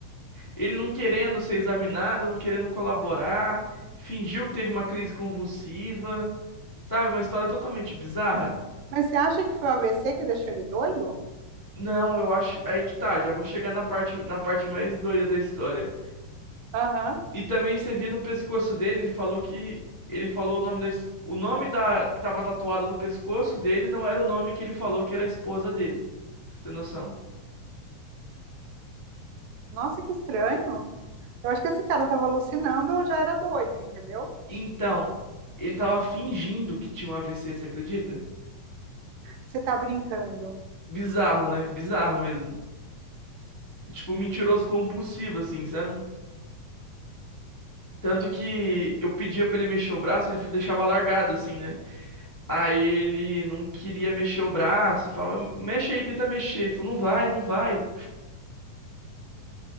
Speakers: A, on the left (about 20°); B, on the right (about 75°).
A: ele não querendo ser examinado, não querendo colaborar, fingiu que teve uma crise convulsiva, sabe? Uma história totalmente bizarra.
B: Mas você acha que foi o AVC que deixou ele doido?
A: Não, eu acho. Aí que tá, já vou chegar na parte, na parte mais doida da história.
B: Aham.
A: E também você via no pescoço dele, ele falou que. Ele falou o nome da. es- O nome da que tava tatuado no pescoço dele não era o nome que ele falou que era a esposa dele. Pra você ter noção.
B: Nossa, que estranho. Eu acho que esse cara estava alucinando ou já era doido, entendeu?
A: Então, ele tava fingindo que tinha um AVC, você acredita?
B: Você tá brincando.
A: Bizarro, né? Bizarro mesmo. Tipo, mentiroso compulsivo, assim, sabe? Tanto que eu pedia pra ele mexer o braço, ele deixava largado, assim, né? Aí ele não queria mexer o braço, e falava, mexe aí, tenta mexer. Ele falou, não vai, não vai.